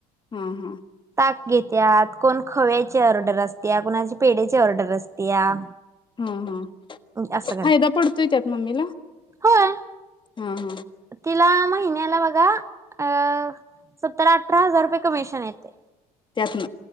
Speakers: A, on the left; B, on the right.
A: हम, हम
B: ताक घेत्यात कोण खव्याची ऑर्डर असत्या कुणाची पेढ्याची ऑर्डर असत्या
A: हा, हा
B: असं
A: फायदा
B: करत्यात.
A: पडतोय त्यात मम्मीला हा,
B: होय.
A: हा
B: तिला महिन्याला बघा अ सत्तर अठरा हजार रुपये कमिशन येतय
A: त्यातन